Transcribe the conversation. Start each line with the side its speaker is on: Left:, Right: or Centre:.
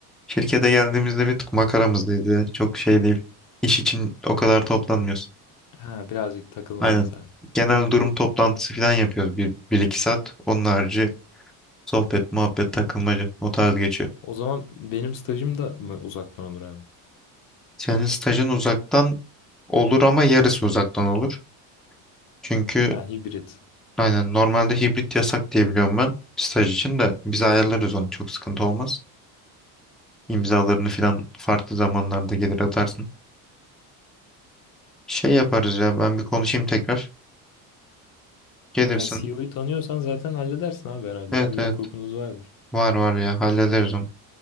Centre: Şirkete geldiğimizde bir tık makaramızdaydı. Çok şey değil. İş için o kadar toplanmıyoruz.
Left: Ha birazcık takılma
Centre: Aynen.
Left: misali.
Centre: Genel durum toplantısı falan yapıyoruz bir, bir iki saat. Onun harici sohbet, muhabbet, takılmaca o tarz geçiyor.
Left: O zaman benim stajım da mı uzaktan olur abi?
Centre: Senin stajın uzaktan olur ama yarısı uzaktan olur. Çünkü
Left: Ha hibrit.
Centre: aynen normalde hibrit yasak diye biliyorum ben. Staj için de biz ayarlarız onu çok sıkıntı olmaz. İmzalarını falan farklı zamanlarda gelir atarsın. Şey yaparız ya ben bir konuşayım tekrar. Gelirsin.
Left: Yani CEO'yu tanıyorsan zaten halledersin abi herhalde
Centre: Evet
Left: ya. Bir
Centre: evet.
Left: hukukunuz vardır.
Centre: Var var ya hallederiz onu.